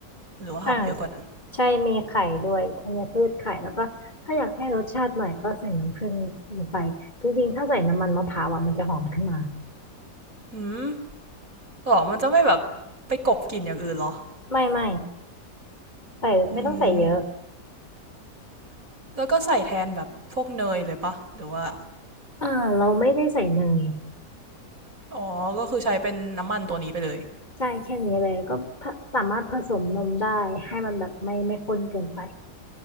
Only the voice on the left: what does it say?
อ่าใช่มีไข่ด้วยธัญพืชไข่แล้วก็ถ้าอยากให้รสชาติหน่อยก็ใส่น้ำผึ้งลงไปจริงๆถ้าใส่น้ำมันมะพร้าวอ่ะมันจะหอมขึ้นมา
ไม่ไม่ใส่ไม่ต้องใส่เยอะ
อ่าเราไม่ได้ใส่เนย
ใช่แค่นี้เลยแล้วก็ผสามารถผสมนมได้ให้มันแบบไม่ไม่ข้นเกินไป